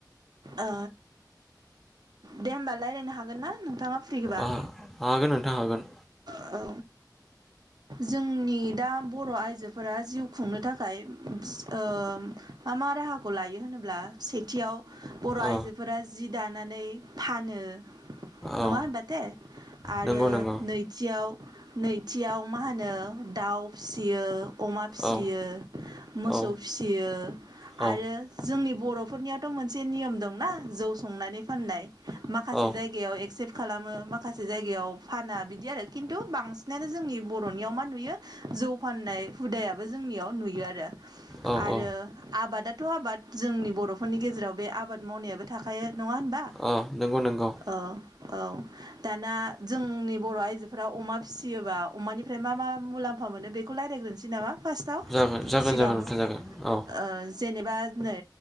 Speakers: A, on the right; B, in the centre.
A: ओ दे होमबा रायलायनो हागोन ना नोंथाङा फ्रिबा
B: आ हागोन नोंथां हागोन
A: औ जोंनि दा बर' आइजोफोरा जिउ खुंनो थाखाय फिस ओ मा मा राहाखौ लायो होनो ब्ला सेथियाव बर' आइजोफोरा
B: औ
A: जि दानानै फानो नङा
B: औ
A: होनबाथे आरो
B: नंगौ नंगौ
A: नैथियाव नैथियाव मा होनो दाउ फिसियो अमा फिसियो
B: औ
A: मोसौ
B: औ
A: फिसियो
B: औ
A: आरो जोंनि बर'फोरनियावथ' मोनसे नियम दंना जौ संनानै फाननाय माखासे
B: औ
A: जायगायाव एक्सेप्ट खालामो माखासे जायगायाव फाना बिदि आरो खिन्थु बांसिनानो जोंनि बर'नियाव मा नुयो जौ फाननाय हुदायाबो जोंनियाव नुयो आरो आरो
B: औ औ
A: आबादाथ' आबाद जोंनि बर'फोरनि गेजेराव बे आबाद मावनायाबो थाखायो। नङा होनबा
B: औ नंगौ नंगौ
A: ओ औ दाना जोंनि बर' आइजोफोरा अमा फिसियोबा अमानिफ्राय मा मा मुलाम फा मोनो बेखौ रायलायग्रोनोसै नामा फार्स्टआव
B: जागोन जागोन
A: सिगां
B: जागोन नोंथां
A: ओ
B: जागोन औ
A: जेनेबा नै